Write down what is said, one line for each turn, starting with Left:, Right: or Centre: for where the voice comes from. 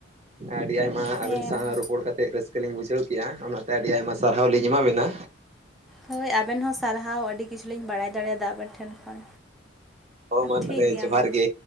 Right: ᱟᱹᱰᱤ ᱟᱭᱢᱟ
Centre: ᱦᱮᱸ
Right: ᱟᱵᱮᱱ ᱥᱟᱶ
Centre: ᱢᱟ
Right: ᱨᱚᱯᱚᱲ ᱠᱟᱛᱮ ᱨᱟᱹᱥᱠᱟᱹ ᱞᱤᱧ ᱵᱩᱡᱷᱟᱹᱣ ᱠᱮᱜ-ᱟ, ᱚᱱᱟᱛᱮ ᱟᱹᱰᱤ ᱟᱭᱢᱟ ᱥᱟᱨᱦᱟᱣ ᱞᱤᱧ ᱮᱢᱟᱵᱤᱱᱟ᱾
Centre: ᱦᱳᱭ ᱟᱵᱮᱱ ᱦᱚᱸ ᱥᱟᱨᱦᱟᱣ ᱟᱹᱰᱤ ᱠᱤᱪᱷᱩᱞᱤᱧ ᱵᱟᱲᱟᱭ ᱫᱟᱲᱮᱣᱟᱫᱟ ᱟᱵᱮᱱ ᱴᱷᱮᱱ ᱠᱷᱚᱱ᱾
Right: ᱦᱳ ᱢᱟ
Centre: ᱴᱷᱤᱠ
Right: ᱛᱟᱞᱮ
Centre: ᱜᱮᱭᱟ
Right: ᱡᱚᱦᱟᱨ
Centre: ᱢᱟ
Right: ᱜᱮ᱾